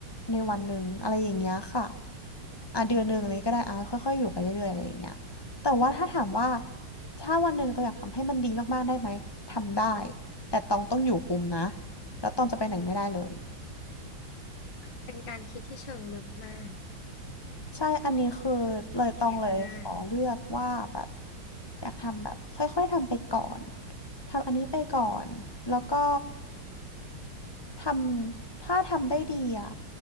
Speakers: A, on the left; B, on the left.
A: ในวันหนึ่งอะไรอย่างเงี้ยค่ะอ่ะเดือนหนึ่งอะไรก็ได้อ่ะค่อยๆอยู่ไปเรื่อยๆอะไรอย่างเงี้ยแต่ว่าถ้าถามว่าถ้าวันหนึ่งตองอยากทำให้มันดีมากๆได้ไหมทำได้แต่ตองต้องอยู่คุมนะ แล้วตองจะไปไหนไม่ได้เลย
B: เป็นการคิดที่เชิงลึกมาก
A: ใช่อันนี้คือเลยตองเลยขอเลือกว่าแบบ
B: เอียบมาก
A: อยากทำแบบค่อยๆทำไปก่อนทำอันนี้ไปก่อนแล้วก็ทำถ้าทำได้ดีอ่ะ